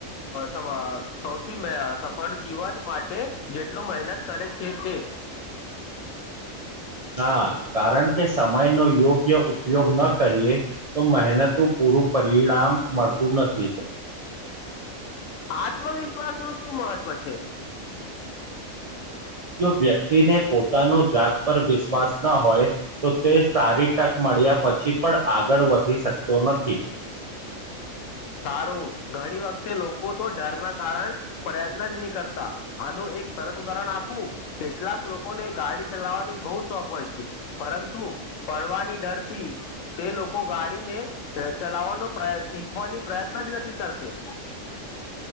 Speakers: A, on the left (about 75°); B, on the right (about 50°).
A: <inaudible> સૌથી મેં સફાળ જીવન માટે જેટલો મહેનત કરે છે તે <inaudible>
B: હા કારણ કે સમય નો યોગ્ય ઉપયોગ ન કરીએ તો મહેનતું પૂરું પરિણામ મળતું નથી.
A: આત્મવિશ્વાસ નું શું મહત્વ છે?
B: જો વ્યક્તિને પોતાનું જાત પર વિશ્વાસ ના હોય તો તે સારી ટકમાં મળ્યા પછી પણ આગળ વધી શકતો નથી.
A: <inaudible> સારું ઘણી વખતે લોકો તો ડર ના કારણ પ્રયત્ન નીજ કરતા આનું એ એક સરત ઉદાહરણ આપું કેટલાક લોકોને ગાડી ચલાવવાની બો શોખ હોય છે પરંતુ પડવાની ડર થી તે લોકો ગાડીને ચલાવાનો પ્રય શીખ ખવાની પ્રયત્ન જ નથી કરતી